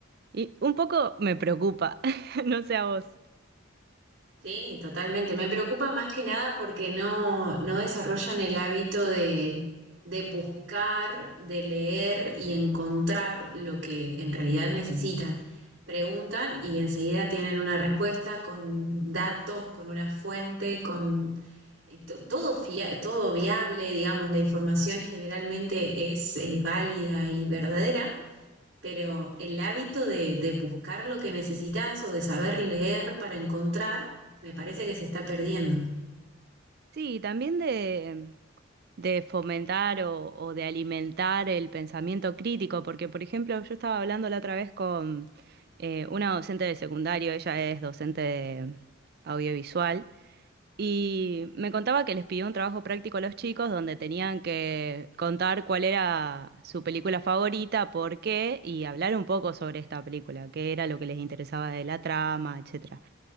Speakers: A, on the right; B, on the right.
A: y un poco me preocupa, <laughs> no sé a vos.
B: Sí, totalmente. Me preocupa más que nada porque no, no desarrollan el hábito de, de buscar, de leer y encontrar lo que en realidad necesitan. Preguntan y enseguida tienen una respuesta con datos, con una fuente, con eh, to- todo fia- todo viable, digamos, la información generalmente es eh, válida y verdadera pero el hábito de, de buscar lo que necesitas o de saber leer para encontrar, me parece que se está perdiendo.
A: Sí, y también de, de fomentar o, o de alimentar el pensamiento crítico, porque por ejemplo yo estaba hablando la otra vez con eh, una docente de secundario, ella es docente de audiovisual, y me contaba que les pidió un trabajo práctico a los chicos donde tenían que contar cuál era su película favorita, por qué, y hablar un poco sobre esta película, qué era lo que les interesaba de la trama, etcétera.